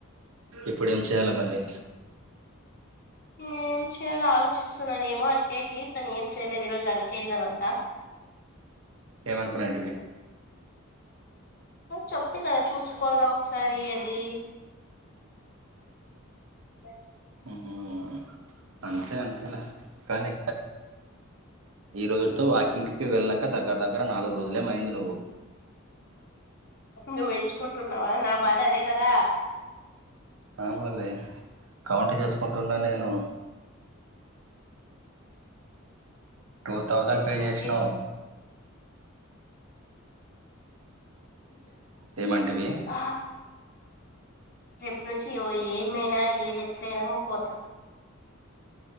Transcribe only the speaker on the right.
ఇప్పుడు ఏం చేయాల మళ్ళీ
ఏమనుకున్నా ఏంటి ఇే
హ్మ్మ్ అంతే అంతేలా కానీ ఈ రోజుతో వాకింగ్కి వెళ్ళక దగ్గర దగ్గర నాలుగు రోజులేమ అయింది. నువ్వు
రామలే కౌంట్ చేసుకుంటున్నా. నేను టూ థౌజండ్
పే
చేసినావు.
ఏమంటివి